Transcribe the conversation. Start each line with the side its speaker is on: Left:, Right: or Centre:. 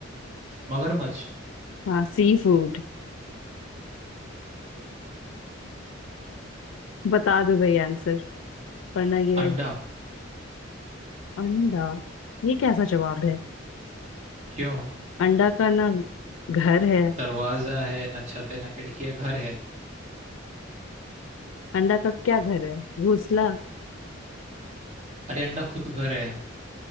Right: मगरमच्छ
Left: हाँ सी फूड बता दो भाई आंसर वरना ये
Right: अंडा
Left: अंडा ये कैसा जवाब है
Right: क्यों
Left: अंडा का ना घर है
Right: दरवाजा है ना छत है ना खिड़की है घर है
Left: अंडा का क्या घर है घोंसला
Right: अरे अंडा खुद घर है